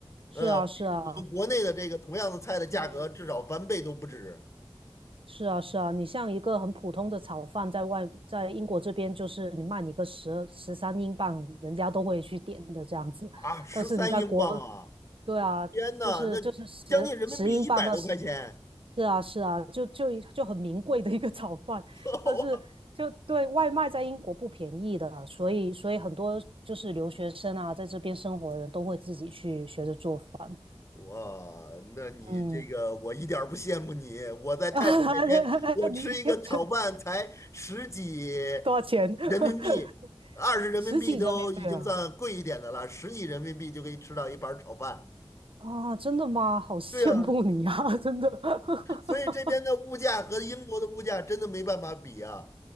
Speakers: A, on the right; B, on the left.
A: 是啊，
B: 呃，比我们国内的这个同样的菜的价格至少翻倍都不止
A: 是啊，嗯，是啊，是啊，你像一个很普通的炒饭，在外，在英国这边，就是你卖你个十十三英镑，人家都会去点的这样子。
B: 啊，十三英镑啊！
A: 但是你在国，对啊，
B: 天呐，
A: 就是就是十十英镑到十，
B: 那将近人民币一百多块钱，
A: 是啊是啊，就就一就很名贵的一个炒饭。
B: <laughs>
A: 但是就对外卖在英国不便宜的，所以所以很多就是留学生啊，在这边生活的人都会自己去学着做饭。
B: 哇，那你这个我一点儿不羡慕你。
A: 嗯，
B: 我在泰国那边，
A: <laughs>
B: 我吃一个炒饭才十几
A: 你对多少钱？<laughs>
B: 人民币，二十人民币都已经算贵一点的了，
A: 十几人民币啊！
B: 十几人民币就可以吃到一盘儿炒饭。
A: 啊，真的吗？好羡慕你啊，
B: 对呀，
A: 真的。<laughs>
B: 所以这边的物价和英国的物价真的没办法比啊。